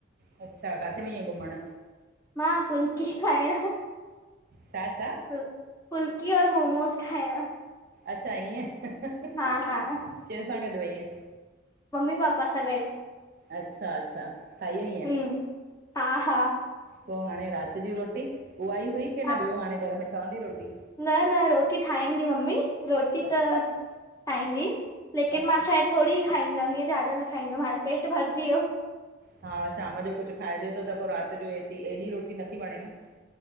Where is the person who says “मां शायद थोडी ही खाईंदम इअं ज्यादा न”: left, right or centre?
Left